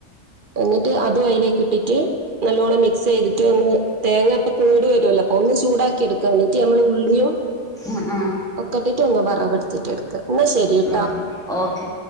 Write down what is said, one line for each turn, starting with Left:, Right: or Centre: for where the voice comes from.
Right: എന്നിട്ട് അതും അതിലേക്ക് ഇട്ടിട്ട് നല്ലോണം മിക്സ് ചെയ്തിട്ട് ഒന്ന് തേങ്ങപ്പ കൂടി വരുല്ലോ അപ്പൊ ഒന്ന് ചൂടാക്കി എടുക്കാൻ വേണ്ടിട്ട് ഞമ്മള് ഉള്ളിയും
Centre: ഉം ഉം
Right: ഒക്കെട്ടിട്ട് ഒന്ന് വറവെടുത്തിട്ട് എടുക്ക് എന്നാ ശരിട്ടാ
Centre: ആഹ് ഓക്കെ